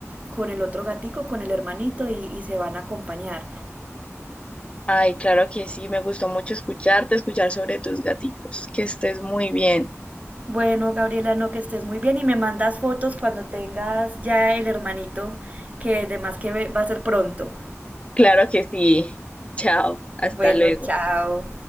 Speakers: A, on the right; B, on the left.
A: con el otro gatico, con el hermanito y, y se van a acompañar.
B: Ay, claro que sí, me gustó mucho escucharte, escuchar sobre tus gaticos. Que estés muy bien.
A: Bueno, Gabriela, no que estés muy bien y me mandas fotos cuando tengas ya el hermanito que además que ve- va a ser pronto.
B: Claro que sí. Chao, hasta
A: Bueno,
B: luego.
A: chao.